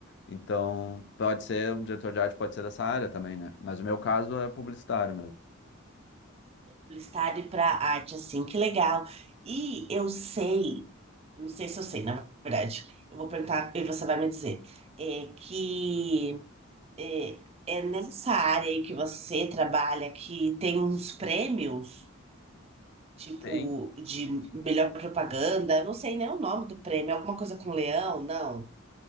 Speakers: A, on the left; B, on the right.
A: Então, pode ser, um diretor de arte pode ser dessa área também, né? Mas o meu caso é publicitário mesmo.
B: publicidade para arte, assim, que legal. E eu sei, não sei se eu sei, na verdade, eu vou perguntar e você vai me dizer, é que... É, é nessa área aí que você trabalha que tem uns prêmios, tipo,
A: Tem?
B: de melhor propaganda. Eu não sei nem o nome do prêmio, é alguma coisa com leão, não.